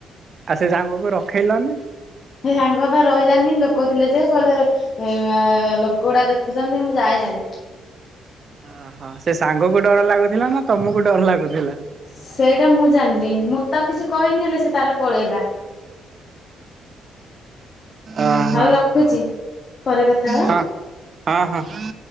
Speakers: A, on the right; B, on the left.
A: ଆଉ ସେ ସାଙ୍ଗକୁ ରଖେଇଲନି।
B: ସେ ସାଙ୍ଗ ବା ରହିଲାନି ଲୋକ ଥିଲେ ଯେ କହିଲେ ଲୋକ ଗୁଡା ଦେଖୁଛନ୍ତି ମୁଁ ଯାଏ ହେରି।
A: ଓହୋ ସେ ସାଙ୍ଗକୁ ଡର ଲାଗୁଥିଲା ନା ତମକୁ ଡର ଲାଗୁଥିଲା।
B: ସେଇଟା ମୁଁ ଜାଣିନି ମୁଁ ତାକୁ କିଛି କହିନି ହେଲେ ସେ ତାର ପଳେଇଲା।
A: ଓହୋ
B: ଆଉ ରଖୁଛି ପରେ କଥା ହବା।
A: ହଁ ହଁ ହଁ।